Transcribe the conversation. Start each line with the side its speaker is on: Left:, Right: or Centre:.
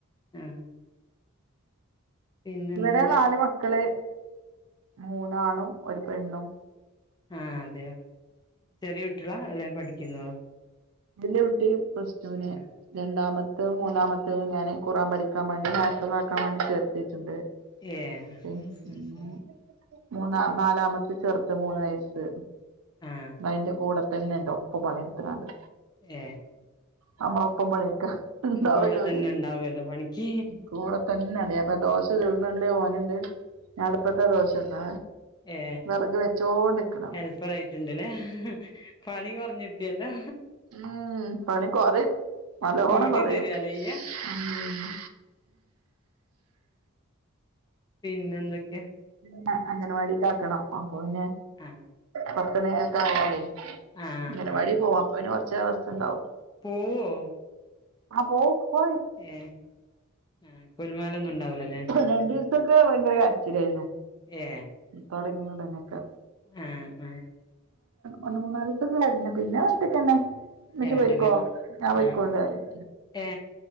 Left: ആഹ പിന്നെന്താണ്
Right: ഇവിടെ നാല് മക്കള് മൂന്നാണും ഒരു പെണ്ണും
Left: ആ അതെയോ ചെറിയ കുട്ടികളോ അല്ലെ പഠിക്കുന്നതോ
Right: വെല്ല്യ കുട്ടി പ്ലസ് ടുവിന്
Left: ആ
Right: രണ്ടാമത്തെ ഇന്റെ മൂന്നാമത്തും ഞാൻ ഖുർആൻ പഠിക്കാൻ വേണ്ടി ഹാഫിള് ആക്കാൻ വേണ്ടി ചേർത്തിട്ടുണ്ട്
Left: ഏ
Right: പിന്ന
Left: മാഷാ
Right: മൂന്ന നാലാമത്തെ ചെറുത് മൂന്ന് വയസ്സ്
Left: അല്ലാഹ് ആ
Right: അയിന്റെ കൂടെത്തന്നെണ്ട് ഒപ്പ പണിയെടുത്തെങ്ങാണ്ട്
Left: ഏ
Right: നമ്മളെ പ്പം പണിയെടുക്കാണ്ടാവല്ലോല്ലേ
Left: കൂടെ തന്നെ ഉണ്ടാവുമല്ലോ പണിക്ക്
Right: കൂടെത്തന്നെണ്ട് അപ്പൊ ദോശ ചുടുന്നുണ്ട് ഓനുണ്ട് ഞാൻ അടുപ്പത്തെ ദോശന്ന
Left: ഏ
Right: വെറക് വെച്ചോണ്ടിക്കുന്നു
Left: ഹെൽപ്പർ ആയിട്ടുണ്ട്ല്ലേ പണി കൊറഞ്ഞിട്ടിയല്ലോ
Right: ആഹ് പണി കൊറയും നല്ലോണം
Left: കൂട്ടി
Right: പറയും
Left: തരുവല്ലേ ഇയ്യ
Right: ആഹ്
Left: പിന്നെന്തൊക്കെയാ
Right: മ അംഗൻവാടിക്ക് ആക്കണം അപ്പൊപ്പിന്നെ
Left: ആ
Right: പത്തണിയൊക്കെ ആയാലേ
Left: ആ
Right: അങ്ങനവാടി
Left: ആ
Right: പോവാ അപ്പപ്പിന്നെ കൊറച്ച ദിവസണ്ടാവും
Left: പോവോ
Right: ആ പോവും പോവും
Left: ഏ ആ കുൽമാലൊന്നും ഉണ്ടാവൂലല്ലേ
Right: രണ്ടീസൊക്കെ ഭയങ്കര കരച്ചിലായിരുന്നു
Left: ഏ
Right: തുടങ്ങിയൊടനൊക്കെ
Left: ആ ആ
Right: ഒന്ന് മൂന്നാലീസൊക്കെ കരഞ്ഞു പിന്നെ ഒറ്റക്കന്നെ ഇമ്മച്ചി
Left: ഏ ഒറ്റക്കൻ
Right: പൊയിക്കോ ഞാൻ പോയ്ക്കോണ്ട
Left: ആ
Right: പറേം
Left: ഏ